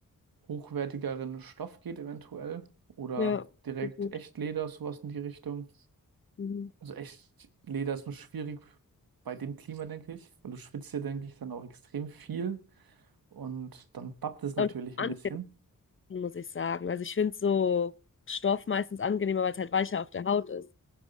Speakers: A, on the right (about 85°); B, on the left (about 35°).
A: hochwertigeren Stoff geht eventuell oder
B: Ja,
A: direkt
B: so gut.
A: Echtleder, sowas in die Richtung.
B: Mhm.
A: Also Echtleder ist nur schwierig bei dem Klima, denke ich, weil du schwitzt ja, denke ich, dann auch extrem viel. Und dann pappt es natürlich
B: Und angenehm,
A: ein bisschen.
B: muss ich sagen. Also ich finde so Stoff meistens angenehmer, weil es halt weicher auf der Haut ist.